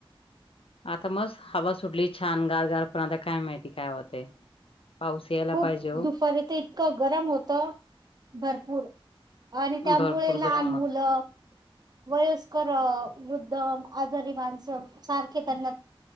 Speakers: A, on the left; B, on the right.
A: आता मस्त हवा सुटली छान गारगार, पण आता काय माहिती काय होतय? पाऊस यायला
B: खूप
A: पाहिजे हो
B: दुफारी त इतकं गरम होतं. भरपूर आणि त्यामुळे
A: भरपूर
B: लहान
A: गरम होत.
B: मुलं, वयस्कर अ वृद्ध जरी माणस सारखे त्यांना